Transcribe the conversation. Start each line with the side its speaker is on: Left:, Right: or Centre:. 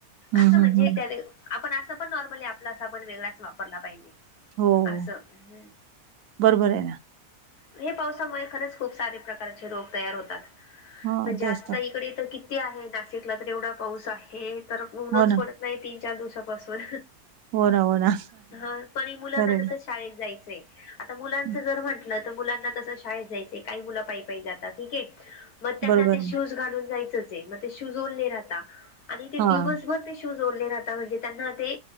Right: हम्म
Left: असं
Right: हम्म
Left: म्हणजे
Right: हम्म
Left: त्यावे आपण असं पण नॉर्मली आपला साबण वेगळाच वापरला पाहिजे.
Right: हो
Left: असं.
Right: हो
Left: हं.
Right: बरोबर आहे ना.
Left: हे पावसामुळे खरंच खूप सारे प्रकारचे रोग तयार होतात.
Right: हां,
Left: म्हणजे
Right: तेच
Left: आत्ताही - कडे तर किती आहे. नाशिकला तर एवढा पाऊस आहे तर ऊनच
Right: हो ना,
Left: पडत- नाही तीन, चार दिवसापासून
Right: हो ना, हो ना.
Left: हा पण मुलांना
Right: खरं
Left: शाळेत जायचय. आता मुलांच
Right: आहे.
Left: जर म्हंटलं तर मुलांना तस शाळेत जायचंय. काही मुलं पायीपाई जातात. ठीक. मग त्यांना
Right: बरोबर
Left: ते
Right: आहे.
Left: शूज घालून जायचचे, मग ते शूज ओले राहता आणि ते
Right: हां,
Left: दिवस भर ते शूज ओले राहाता म्हणजे त्यांना ते